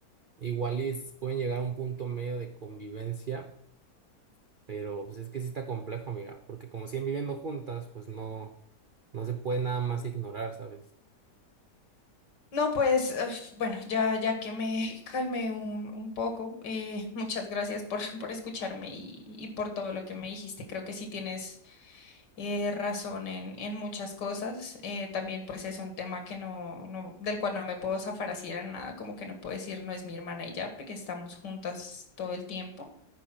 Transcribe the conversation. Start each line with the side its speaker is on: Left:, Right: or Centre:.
Right: igual y s- pueden llegar a un punto medio de convivencia pero pues es que sí está complejo, amiga, porque como siguen viviendo juntas, pues no, no se puede nada más ignorar, ¿sabes?
Left: No, pues uf, bueno, ya, ya que me <laughs> calmé un, un poco, eh, muchas gracias por, <laughs> por escucharme y, y por todo lo que me dijiste. Creo que sí tienes eh, razón en, en muchas cosas. Eh, también pues es un tema que no, no, del cual no me puedo zafar así de nada, como que no puedo decir no es mi hermana y ya, porque estamos juntas todo el tiempo.